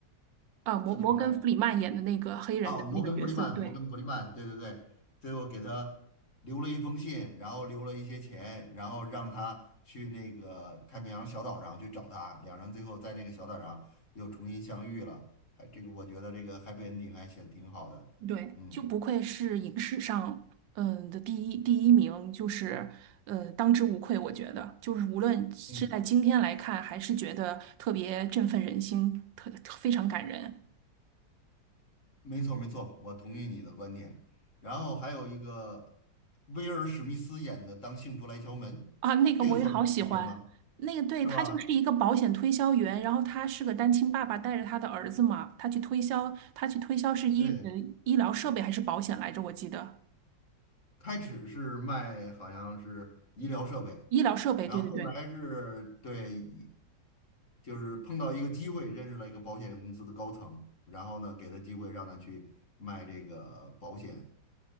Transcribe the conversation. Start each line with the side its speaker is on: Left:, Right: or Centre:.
Right: 啊，摩摩根·
Left: 叫什么来着？
Right: 弗里曼演的那个黑人的那个角色，
Left: 啊，摩根普里曼，
Right: 对
Left: 摩根普里曼，对对对，最后给他留了一封信，然后留了一些钱，然后让他去那个太平洋小岛上去找他，两人最后在那个小岛上又重新相遇了。哎，这个我觉得这个 happy ending 还写的挺好的。
Right: 对，
Left: 嗯
Right: 就不愧是影史上嗯的第一第一名，就是呃当之无愧，我觉得就是无论是在今天来看，
Left: 嗯，
Right: 还是觉得特别振奋人心，特特非常感人
Left: 没错没错，我同意你的观点。然后还有一个威尔史密斯演的《当幸福来敲门》，
Right: 啊。那个我也好喜欢，
Left: 这个算文艺片吗？
Right: 那个对他就是一个保险推销员，
Left: 是吧？
Right: 然后他是个单亲爸爸带着他的儿子嘛，他去推销，他去推销是医呃医疗设备还是保险来着？
Left: 对，
Right: 我记得
Left: 开始是卖好像是医疗设备，
Right: 医疗设备，
Left: 然后后来是对，
Right: 对对对。
Left: 就是碰到一个机会，认识了一个保险公司的高层，然后呢给他机会让他去卖这个保险。